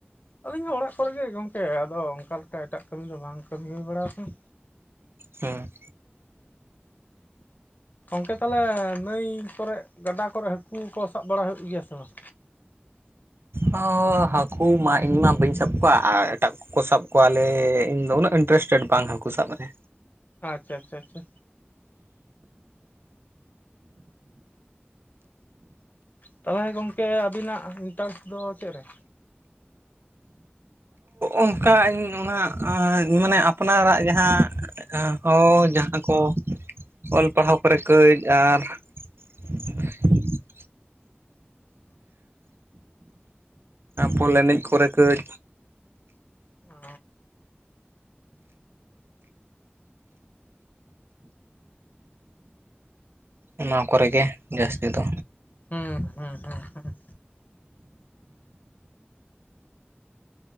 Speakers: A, on the left (about 45°); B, on the right (about 75°).
A: ᱟᱹᱞᱤᱧ ᱫᱚ ᱚᱲᱟᱜ ᱠᱚᱨᱮᱜᱮ ᱜᱚᱢᱠᱮ ᱟᱫᱚ ᱚᱱᱠᱟ ᱞᱮᱠᱟ ᱮᱴᱟᱜ ᱠᱟᱹᱢᱤ ᱫᱚ ᱵᱟᱝ ᱠᱟᱹᱢᱤ ᱦᱩᱭ ᱵᱟᱲᱟᱣ ᱟᱠᱟᱱᱟ
B: ᱦᱮᱸ
A: ᱜᱚᱢᱠᱮ ᱛᱟᱦᱚᱞᱮ ᱱᱟᱹᱭ ᱠᱚᱨᱮ ᱜᱟᱰᱟ ᱠᱚᱨᱮ ᱦᱟᱹᱠᱩ ᱠᱚ ᱥᱟᱵ ᱵᱟᱲᱟ ᱦᱩᱭᱩᱜ ᱜᱮᱭᱟ ᱥᱮ ᱵᱟᱝ?
B: ᱦᱚᱸ ᱦᱟᱹᱠᱩ ᱢᱟ ᱤᱧ ᱢᱟ ᱵᱟᱹᱧ ᱥᱟᱵ ᱠᱚᱣᱟ ᱟᱨ ᱮᱴᱟᱜ ᱠᱚ ᱠᱚ ᱥᱟᱵ ᱠᱚᱣᱟᱞᱮ ᱤᱧ ᱫᱚ ᱩᱱᱟᱹᱜ ᱤᱱᱴᱟᱨᱮᱥᱴᱮᱰ ᱵᱟᱝ ᱦᱟᱹᱠᱩ ᱥᱟᱵ ᱨᱮ
A: ᱟᱪᱪᱷᱟ ᱟᱪᱪᱷᱟ ᱟᱪᱪᱷᱟ ᱛᱟᱦᱚᱞᱮ ᱜᱚᱢᱠᱮ ᱟᱹᱵᱤᱱᱟᱜ ᱤᱱᱴᱟᱨᱮᱥᱴ ᱫᱚ ᱪᱮᱫ ᱨᱮ?
B: ᱚᱱᱠᱟ ᱤᱧ ᱚᱱᱟ ᱢᱟᱱᱮ ᱟᱯᱱᱟᱨᱟᱜ ᱡᱟᱦᱟᱸ ᱦᱚᱸ ᱡᱟᱦᱟᱸ ᱠᱚ ᱚᱞ ᱯᱟᱲᱦᱟᱣ ᱠᱚᱨᱮ ᱠᱟᱹᱡ ᱟᱨ <inaudible> ᱵᱚᱞ ᱮᱱᱮᱡ ᱠᱚᱨᱮ ᱠᱟᱹᱡ
A: ᱚᱻ
B: ᱚᱱᱟ ᱠᱚᱨᱮ ᱜᱮ ᱡᱟᱹᱥᱛᱤ ᱫᱚ
A: ᱦᱩᱸ ᱦᱩᱸ ᱦᱩᱸ ᱦᱩᱸ